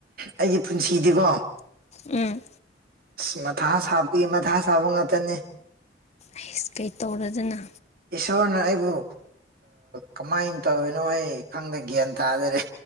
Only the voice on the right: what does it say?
ꯑꯩꯒꯤ ꯄꯨꯟꯁꯤꯗꯤꯀꯣ
ꯑꯁ ꯃꯊꯥ ꯁꯥꯄꯒꯤ ꯃꯊꯥ ꯁꯥꯕ ꯉꯥꯛꯇꯅꯦ
ꯏꯁꯅ ꯑꯩꯕꯨ ꯀꯃꯥꯏꯅ ꯇꯧꯔꯤꯅꯣ ꯑꯩ ꯈꯪꯗꯦ ꯒ꯭ꯌꯥꯟ ꯇꯥꯗꯔꯦ